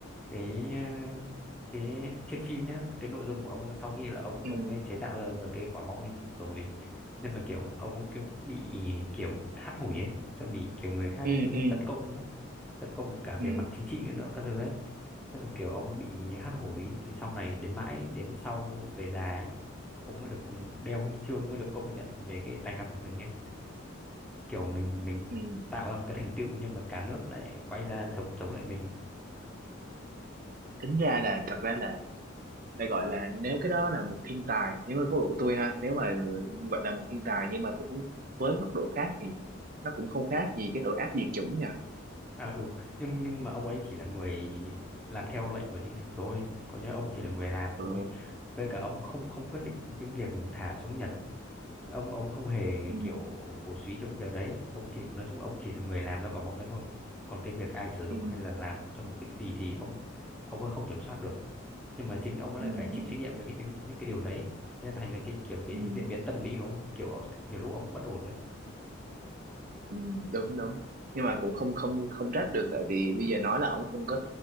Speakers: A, in the centre; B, on the right (about 45°).
A: cái ờ, cái trên phim nhá cái nội dung của ông ấy sau khi là ông ông
B: ừ
A: ấy chế tạo ra được cái quả bom nguyên tử rồi nhưng mà kiểu ông ấy kiểu bị kiểu hắt hủi ấy xong bị kiểu người khác
B: ừ ừ
A: tấn công ấy. tấn công cả về
B: ừ
A: mặt chính trị nữa các thứ ấy tức là kiểu ông ấy bị hắt hủi thì sau này đến mãi đến sau về già ấy ông mới được đeo huy chương mới được công nhận về cái tài năng của mình ấy kiểu mình mình
B: ừ
A: tạo ra một cái thành tựu nhưng mà cả nước lại quay ra chống chống lại mình
B: tính ra là thật ra là để gọi là nếu cái đó là một thiên tài nếu mà góc độ của tôi ha nếu mà như vậy là một thiên tài nhưng mà cũng với góc độ khác thì nó cũng không khác gì cái tội ác diệt chủng nha
A: à ừ nhưng nhưng mà ông ấy chỉ là người làm theo lệnh của chính phủ thôi còn nếu ông chỉ là người làm
B: ờ,
A: thôi với cả ông cũng không không quyết định cái việc thả xuống Nhật ông ông không hề
B: ừ
A: kiểu cổ súy cho cái việc đấy ông chỉ nói chung ông chỉ là người làm nó cỏ bóng đấy thôi còn cái việc ai sử dụng
B: ừ
A: hay là làm cho mục đích gì thì ông ông ấy không kiểm soát được nhưng mà chính ông ấy
B: ừ,
A: lại phải chịu
B: ừ
A: trách nhiệm cho những những những cái điều đấy nên thành ra cái kiểu cái
B: ừ
A: diễn biến tâm lý của ông kiểu ông- nhiều lúc ông bất ổn
B: ừ đúng đúng nhưng mà cũng không không không trách được tại vì bây giờ nói là ổng không có